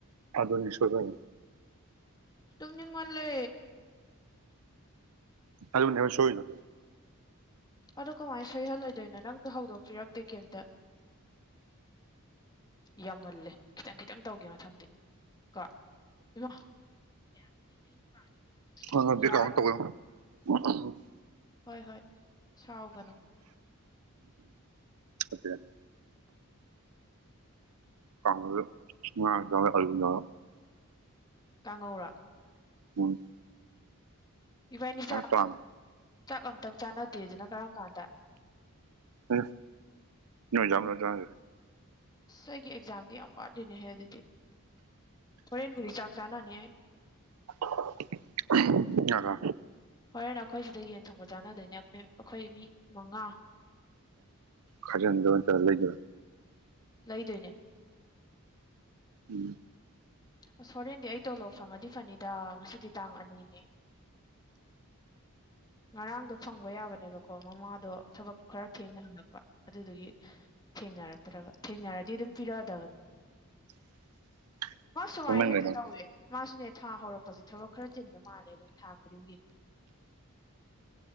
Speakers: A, on the right (about 80°); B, on the left (about 20°).
A: ꯑꯗꯨꯅꯤ ꯁꯣꯏꯕ ꯍꯥꯏ
B: ꯇꯨꯝꯅꯤꯡꯃꯜꯂꯦ
A: ꯑꯂꯨꯅꯦꯕ ꯁꯣꯏꯗꯣ
B: ꯑꯗꯣ ꯀꯃꯥꯏ ꯁꯣꯏꯍꯜꯂꯣꯏꯗꯣꯏꯅꯣ ꯅꯪꯖꯨ ꯍꯧꯗꯣꯛꯄꯤꯔꯛꯇꯦ ꯀꯩꯝꯇ ꯌꯥꯝꯃꯜꯂꯦ ꯈꯤꯇꯪ ꯈꯤꯇꯪ ꯇꯧꯒꯦ ꯃꯊꯪꯗꯤ ꯀꯣ ꯏꯃꯥ <unintelligible>
A: ꯍꯣꯏ ꯍꯣꯏ ꯕꯦꯛꯒ꯭ꯔꯥꯎꯟ
B: ꯌꯥꯔꯣꯏ
A: ꯇꯧ ꯌꯥꯝ <unintelligible>
B: ꯍꯣꯏ ꯍꯣꯏ ꯁꯥꯎꯒꯅꯣ
A: ꯐꯠꯇꯦ ꯀꯥꯡꯉꯧꯖꯦ ꯉꯥꯖꯨ ꯌꯥꯎꯋꯦ ꯑꯂꯨꯖꯨ ꯌꯥꯎꯋꯦ
B: ꯀꯥꯉꯧꯔꯥ
A: ꯃꯥꯅꯤ
B: ꯏꯕꯥꯏꯅꯤ ꯆꯥꯥꯛ ꯑꯝꯇꯪ
A: ꯇꯥꯡꯉꯦ
B: ꯆꯥꯛ ꯑꯝꯇꯪ ꯆꯥꯟꯅꯗꯦꯖꯤꯅ ꯀꯔꯝ ꯀꯥꯟꯗ
A: ꯑꯦ ꯅꯣꯏ ꯑꯦꯛꯖꯥꯝ ꯂꯣꯏꯔ ꯆꯥꯖꯦ
B: ꯑꯁ ꯑꯩꯒꯤ ꯑꯦꯛꯖꯥꯝꯗꯤ ꯌꯥꯝ ꯋꯥꯠꯂꯤꯅꯦꯍꯦ ꯑꯗꯨꯗꯤ ꯍꯣꯔꯦꯟꯕꯨꯗꯤ ꯆꯥꯛ ꯆꯥꯅꯅꯤ ꯑꯩ
A: <unintelligible>
B: ꯍꯣꯔꯦꯟ ꯑꯈꯣꯏ ꯁꯤꯗ ꯌꯦꯟ ꯊꯣꯡꯕ ꯆꯥꯅꯗꯣꯏꯅꯦ <unintelligible> ꯑꯈꯣꯏ ꯃꯤ ꯃꯉꯥ
A: ꯈꯥꯖꯟꯗꯣꯔꯥ ꯅꯠꯇ꯭ꯔꯒ ꯂꯩꯗꯣꯔ
B: ꯂꯩꯗꯣꯏꯅꯦ
A: ꯎꯝ
B: ꯑꯁ ꯍꯣꯔꯦꯟꯗꯤ ꯑꯩ ꯇꯣꯂꯣꯞ ꯐꯪꯉꯗꯤ ꯐꯅꯤꯗ ꯉꯁꯤꯗꯤ ꯇꯥꯡ ꯑꯅꯤꯅꯦ ꯉꯔꯥꯡꯗꯣ ꯐꯪꯕ ꯌꯥꯕꯅꯦꯕꯀꯣ ꯃꯃꯥꯗꯣ ꯊꯕꯛ ꯈꯔ ꯊꯦꯡꯅ ꯍꯪꯑꯛꯄ ꯑꯗꯨꯗꯨꯒꯤ ꯊꯦꯡꯅꯔꯛꯇ꯭ꯔꯕ ꯊꯦꯡꯅꯔꯗꯤ ꯑꯗꯨꯝ ꯄꯤꯔꯛꯑꯗꯕꯅꯦ
A: <inaudible>
B: ꯃꯥ ꯁꯨꯃꯥꯏꯅ
A: ꯍꯣꯡꯃꯟꯒ꯭ꯔꯦ
B: ꯍꯦꯛꯇ ꯇꯧꯏꯦ ꯃꯥꯁꯨꯅꯦ ꯊꯥ ꯍꯧꯔꯛꯄꯁꯦ ꯊꯕꯛ ꯈꯔ ꯆꯤꯟꯕ ꯃꯥꯜꯂꯦ ꯗꯨꯝ ꯊꯥ ꯈꯨꯗꯤꯡꯒꯤ